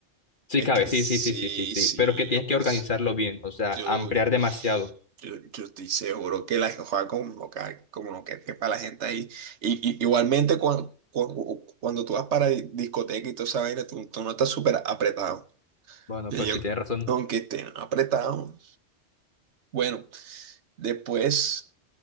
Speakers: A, on the left; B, on the right.
A: Sí,
B: es
A: cabe,
B: que
A: sí,
B: sí,
A: sí, sí, sí, sí, sí.
B: sí,
A: Pero que tienes
B: yo pues.
A: que organizarlo bien, o sea,
B: Yo,
A: ampliar
B: yo,
A: demasiado.
B: yo estoy seguro que la juega como que, como no que para la gente ahí. Y, y- igualmente cuando, cuando, cuando tú vas para di- discoteca y toda esa vaina, tú, tú no estás súper apretado.
A: Bueno,
B: Y
A: pues
B: yo,
A: sí, tienes razón.
B: aunque esté apretado. Bueno, después